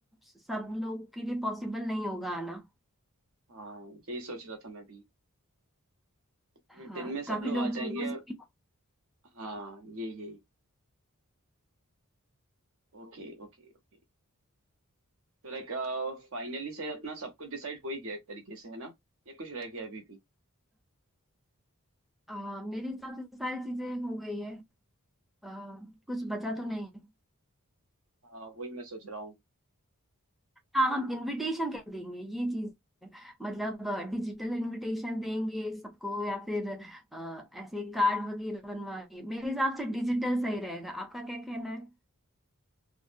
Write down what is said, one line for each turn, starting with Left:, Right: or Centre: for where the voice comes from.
Centre: सब लोग के लिए पॉसिबल नहीं होगा आना
Right: हाँ यही सोच रहा था मैं भी हम्म,
Centre: हाँ
Right: दिन में सब
Centre: काफी
Right: लोग
Centre: लोग
Right: आ
Centre: दूर
Right: जाएंगे
Centre: दूर से
Right: और
Centre: भी
Right: हाँ ये ये ओके ओके ओके तो लाइक फाइनली शायद अपना सब कुछ डिसाइड हो ही गया एक तरीके से है ना या कुछ रह गया अभी भी
Centre: आ, मेरे हिसाब से तो सारी चीजें हो गई है आ, कुछ बचा तो नहीं है
Right: हाँ वही मैं सोच रहा हूँ
Centre: हाँ हम इनविटेशन कह देंगे ये चीज है। मतलब डिजिटल इनविटेशन देंगे सबको या फिर आ, ऐसे कार्ड वगैरह बनवाएंगे मेरे हिसाब से डिजिटल सही रहेगा आपका क्या कहना है